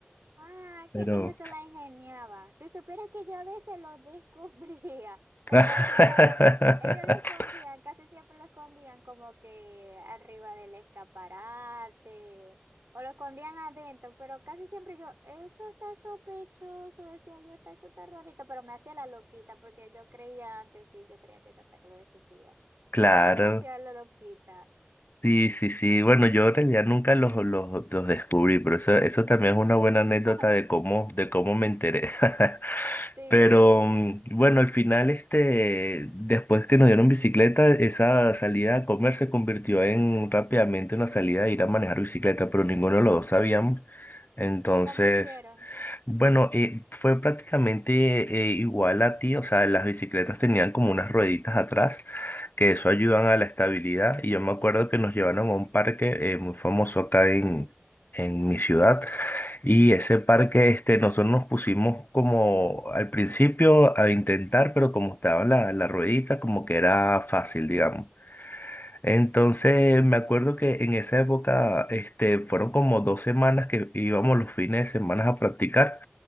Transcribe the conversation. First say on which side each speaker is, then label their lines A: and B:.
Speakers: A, on the right (about 85°); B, on the left (about 50°).
A: Ah,
B: pero...
A: que ellos se la ingeniaban. Si supieras que yo a veces lo descubría, <laughs> pero
B: <laughs>
A: me hacía la loca. Ellos lo escondían, casi siempre lo escondían como que arriba del escaparate o lo escondían adentro, pero casi siempre yo, eso está sospechoso, decía yo, está, eso está rarito, pero me hacía la loquita porque yo creía antes, sí, yo creía que Santa Claus existía.
B: Claro,
A: Entonces me hacía la loquita.
B: sí, sí, sí. Bueno, yo en realidad nunca los, los, los descubrí, pero eso, eso también es una buena
A: <laughs>
B: anécdota de cómo, de cómo me enteré. <laughs>
A: Sí,
B: Pero mm, bueno, al final, este, después que nos dieron bicicleta, esa salida a comer se convirtió en rápidamente una salida de ir a manejar bicicleta, pero ninguno de los dos sabíamos. Entonces,
A: ¿y cómo hicieron?
B: bueno, eh, fue prácticamente eh, igual a ti, o sea, las bicicletas tenían como unas rueditas atrás, que eso
A: Ajá.
B: ayudan a la estabilidad, y yo me acuerdo que nos llevaron a un parque eh, muy famoso acá en, en mi ciudad, y ese parque, este, nosotros nos pusimos como al principio a intentar, pero como estaba la, la ruedita, como que era fácil, digamos. Entonces me acuerdo que en esa época, este, fueron como dos semanas que íbamos los fines de semana a practicar.